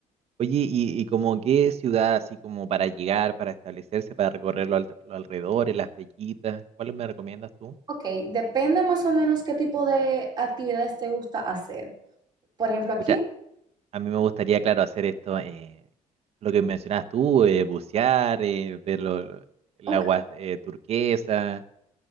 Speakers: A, on the right; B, on the right.
A: Oye, ¿y, y como qué ciudad, así como para llegar, para establecerse, para recorrer los, al- los alrededores, las playitas? ¿Cuáles me recomiendas tú?
B: Ok, depende más o menos qué tipo de actividades te gusta hacer. Por ejemplo, aquí,
A: Pucha, a mí me gustaría, claro, hacer esto, eh, lo que mencionas tú, eh, bucear, eh, ver lo- lo- el
B: ok,
A: agua eh, turquesa.